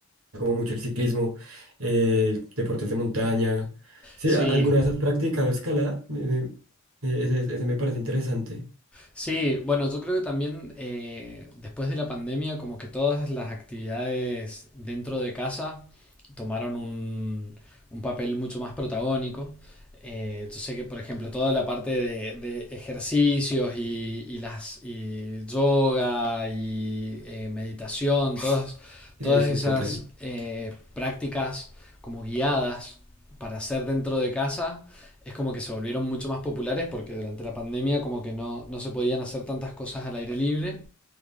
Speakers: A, on the right; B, in the centre.
A: como mucho el ciclismo, eh, el deportes de montaña. Sí,
B: Sí,
A: a- ¿alguna vez has practicado escalada? Me- me- eh, ese, ese me parece interesante.
B: Sí, bueno, yo creo que también eh, después de la pandemia, como que todas las actividades dentro de casa tomaron un, un papel mucho más protagónico. Eh, yo sé que, por ejemplo, toda la parte de, de ejercicios y, y las y yoga y eh, meditación, todas,
A: Sí,
B: todas
A: sí,
B: esas
A: total.
B: eh, prácticas como guiadas para hacer dentro de casa, es como que se volvieron mucho más populares porque durante la pandemia como que no, no se podían hacer tantas cosas al aire libre,